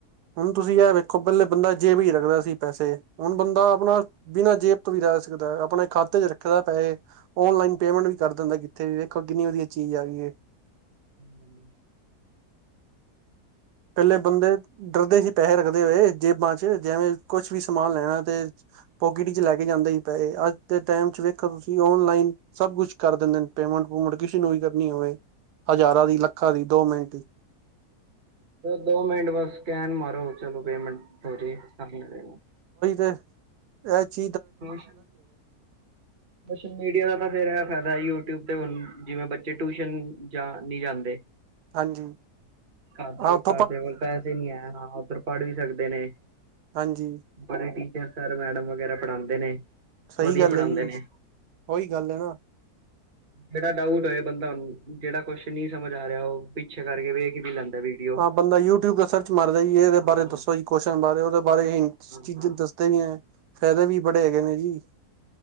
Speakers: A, on the right; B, on the right.
A: ਹੁਣ ਤੁਸੀਂ ਇਹ ਵੇਖੋ, ਪਹਿਲਾਂ ਬੰਦਾ ਜੇਬ ਵਿੱਚ ਰੱਖਦਾ ਸੀ ਪੈਸੇ। ਹੁਣ ਬੰਦਾ ਆਪਣਾ ਬਿਨਾਂ ਜੇਬ ਤੋਂ ਵੀ ਰਹਿ । ਸਕਦਾ ਆਪਣੇ ਖਾਤੇ ਚ ਰੱਖੇ ਪੈਸੇ, ਔਨਲਾਈਨ ਪੇਮੈਂਟ ਵੀ ਕਰ ਦਿੰਦਾ। ਕਿੱਥੇ ਵੀ ਵੇਖੋ, ਕਿੰਨੀ ਵਧੀਆ ਚੀਜ ਹੈ। ਏ।
B: ਹੈਲੋ।
A: ਪਹਿਲੇ ਬੰਦੇ। ਡਰਦੇ ਸੀ ਪੈਸੇ ਰੱਖਦੇ ਹੋਏ ਜੇਬਾਂ ਚ ਜਿਵੇਂ ਕੁਛ ਵੀ ਸਮਾਨ ਲੈਣਾ ਤੇ ਪਕੇਟ ਚ ਲੈ ਕੇ। ਜਾਂਦੇ ਸੀ ਪੈਸੇ ਅੱਜ ਦੇ ਟਾਈਮ ਚ ਵੇਖੋ, ਤੁਸੀਂ ਔਨਲਾਈਨ ਸਭ ਕੁਝ ਕਰ ਦਿੰਦੇ ਪੇਮੈਂਟ -ਪੂਮੈਂਟ ਕਿਸੇ ਨੂੰ। ਕਿੰਨੀ ਹੋਵੇ, ਹਜ਼ਾਰਾਂ ਦੀ, ਲੱਖਾਂ ਦੀ, ਦੋ ਮਿੰਟ ਚ ।
B: ਦੋ ਮਿੰਟ, ਬਸ ਸਕੈਨ ਮਾਰੋ, ਚੱਲੋ। ਪੇਮੈਂਟ ਹੋ ਜਾ <inaudible> ਏ ਤੈਨੂੰ।
A: ਅੱਛਾ।
B: ਸੋਸ਼ਲ ਸੋਸ਼ਲ ਮੀਡੀਆ ਦਾ ਤਾਂ ਫਿਰ ਇਹ ਫਾਇਦਾ ਹੈ, ਯੂਟਿਊਬ। ਯੂਟਿਊਬ ਹੁਣ ਜਿਵੇਂ, ਬੱਚੇ ਟਿਊਸ਼ਨ ਜਾਂ ਨਹੀਂ ਜਾਂਦੇ।
A: ਹਾਂਜੀ
B: ਘਰ ਦੇ
A: ਆਪ।
B: ਘਰ ਦਿਆਂ ਕੋਲ ਪੈਸੇ ਨਹੀਂ ਆ। ਹਾਂ, ਉੱਧਰ ਪੜ੍ਹ ਵੀ ਸਕਦੇ ਨੇ।
A: ਹਾਂਜੀ
B: ਬੜੇ ਟੀਚਰ, ਸਰ, ਮੈਡਮ ਵਗੈਰਾ ਪੜਾਉਂਦੇ ਨੇ,
A: ਸਹੀ
B: ਵਧੀਆ
A: ਗੱਲ
B: ਪੜਾਉਂਦੇ
A: ਹੈ ਜੀ
B: ਨੇ।
A: ਉਹੀ ਗੱਲ ਹੈ ਨਾ?
B: ਜੇੜਾ ਡਾਊਟ। ੂਟਏ ਬੰਦਾ ਨੂੰ ਜਿਹੜਾ, ਕੁਝ ਨਹੀਂ ਸਮਝ ਆ ਰਿਹਾ, ਉਹ ਪਿੱਛੇ ਕਰਕੇ ਵੇਖ ਵੀ, ਲੈਂਦਾ ਵੀਡੀਓ।
A: ਹਾਂ ਬੰਦਾ ਯੂਟਿਊਬ, ਤੇ ਸਰਚ ਮਾਰਦਾ ਜੀ, ਇਹਦੇ
B: ਹਾਂ
A: ਬਾਰੇ ਦੱਸੋ ਜੀ, ਕੋਸ਼ਚਨ ਬਾਰੇ, ਉਹਦੇ ਬਾਰੇ ਚੀਜ਼ਾਂ
B: ਹਾਂ ਹਾਂ
A: ਦੱਸਦੇ ਵੀ ਹੈਂ। ਫ਼ਾਇਦੇ ਵੀ, ਬੜੇ ਹੈਗੇ ਨੇ ਜੀ।